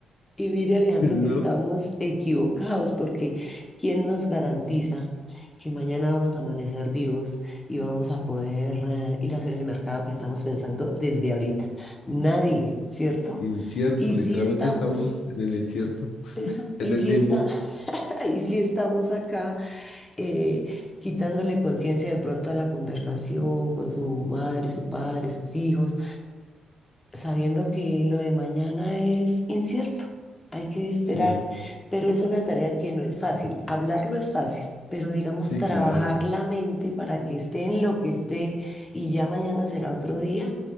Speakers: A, on the left; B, on the left.
A: Y mire, Alejandro,
B: <laughs> no,
A: que estamos equivocados porque ¿quién nos garantiza que mañana vamos a amanecer vivos y vamos a poder eh, ir a hacer el mercado que estamos pensando desde ahorita? Nadie, ¿cierto?
B: incierto,
A: Y
B: literalmente
A: si estamos,
B: estamos en el incierto,
A: eso, y
B: en el
A: si
B: limbo.
A: está, <laughs> y si estamos acá eh, quitándole conciencia de pronto a la conversación con su madre, su padre, sus hijos sabiendo que lo de mañana es incierto, hay que esperar,
B: Sí,
A: pero es una tarea que no es fácil. Hablarlo es fácil, pero digamos
B: sí,
A: trabajar
B: claro.
A: la mente para que esté en lo que esté y ya mañana será otro día,